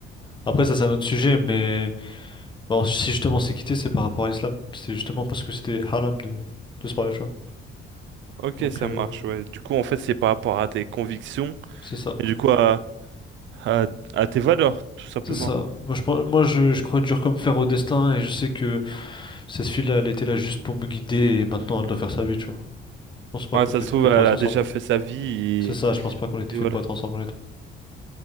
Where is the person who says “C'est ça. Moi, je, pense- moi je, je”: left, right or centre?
Left